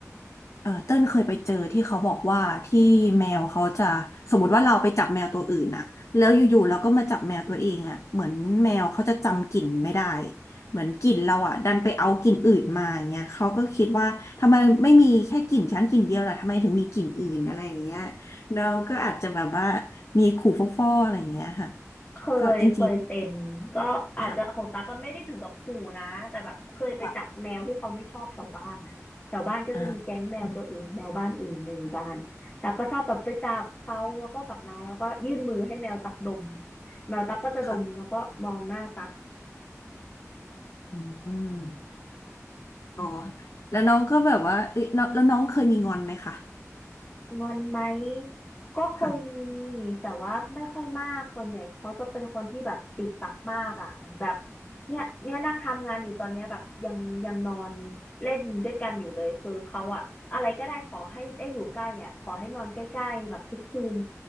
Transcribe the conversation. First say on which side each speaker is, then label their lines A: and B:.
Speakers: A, on the left; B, on the left.
A: เออเต้นเคยไปเจอที่เขาบอกว่าที่แมวเขาจะสมมติว่าเราไปจับแมวตัวอื่นน่ะแล้วอยู่ๆเราก็มาจับแมวตัวเองอ่ะเหมือนแมวเขาจะจำกลิ่นไม่ได้เหมือนกลิ่นเราอ่ะดันไปเอากลิ่นอื่นมาอย่างเงี้ยเขาก็คิดว่าทำไมไม่มีแค่กลิ่นชันกลิ่นเดียวล่ะทำไมถึงมีกลิ่นอื่นอะไรอย่างเงี้ยน้องก็อาจจะแบบว่ามีขู่ฟ่อๆอะไรอย่างเงี้ยค่ะ
B: เคยเคยเป็นก็อาจจะของตาก็ไม่ได้ถึงกับขู่นะแต่แบบเคยไปจับแมวที่เขาไม่ชอบแถวบ้านอ่ะแถวบ้านก็จะมีแก๊งแมวตัวอื่นแมวบ้านอื่นในหมู่บ้านต่ก็ชอบแบบไปจับเขาแล้วก็กลับมาแล้วก็ยื่นมือให้แมวตักดม
A: ก็จริงๆค่ะค่ะอ่าอืม
B: แมวตักก็จะดมแล้วก็มองหน้าตัก
A: ค่ะอืม อ๋อแล้วน้องก็แบบว่าเอ้ยน้องแล้วน้องเคยมีงอนไหมคะ
B: งอนไหมก็เคยมี
A: ค่ะ
B: แต่ว่าไม่ค่อยมากส่วนใหญ่เขาจะเป็นคนที่แบบติดปากมากอ่ะเหมันแบบเนี่ยเนี่ยนั่งทำงานอยู่ตอนเนี้ยแบบยังยังนอนเล่นด้วยกันอยู่เลยคือเขาอะอะไรก็ได้ขอให้ได้อยู่ใกล้อ่ะขอให้นอนใกล้ๆแบบทุกคืน